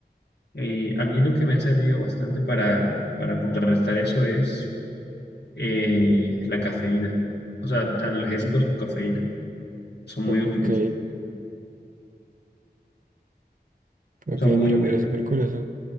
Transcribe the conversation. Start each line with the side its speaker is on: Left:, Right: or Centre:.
Left: Eh, a mí lo que me ha servido bastante para, para contrarrestar eso es eh, la cafeína. O sea, analgésicos con cafeína. Son muy
Right: ok.
Left: útiles.
Right: Ok,
Left: Son muy,
Right: mira,
Left: muy...
Right: mira, súper curioso.